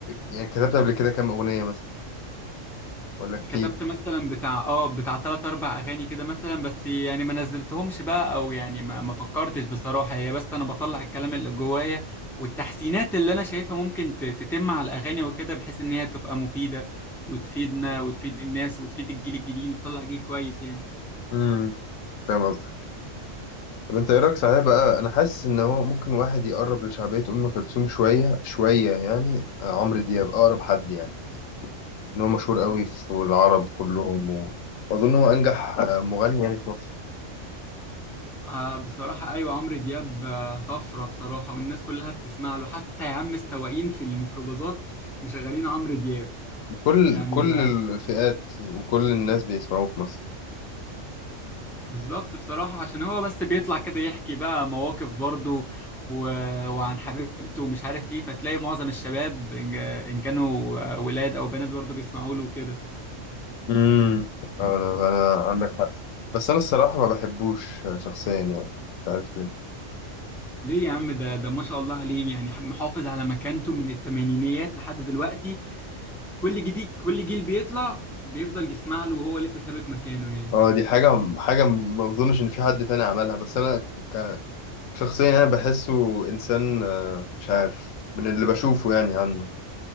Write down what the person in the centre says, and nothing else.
كتبت مثلا بتاع اه بتاع تلات اربع اغاني كده مثلا بس يعني ما نزلتهمش بقى او يعني ما ما فكرتش بصراحة هي بس انا بطلع الكلام اللي جوايا والتحسينات اللي انا شايفها ممكن ت- تتم على الاغاني وكده بحيث ان هي تبقى مفيدة وتفيدنا وتفيد الناس وتفيد الجيل الجديد وتطلع جيل كويس يعني
آه بصراحة أيوة عمرو دياب آه طفرة بصراحة والناس كلها بتسمع له حتى يا عم السواقين في الميكروباصات مشغلين عمرو دياب
يعني
ده
بالظبط بصراحة عشان هو بس بيطلع كده يحكي بقى مواقف برضه و... وعن حبيبته ومش عارف ايه فتلاقي معظم الشباب إن إن كانوا ولاد أو بنات برضه بيسمعوا له كده
ليه يا عم ده ده ما شاء الله عليه يعني محافظ على مكانته من التمانينيات لحد دلوقتي كل جديد كل جيل بيطلع بيفضل يسمع له وهو لسه ثابت مكانه يعني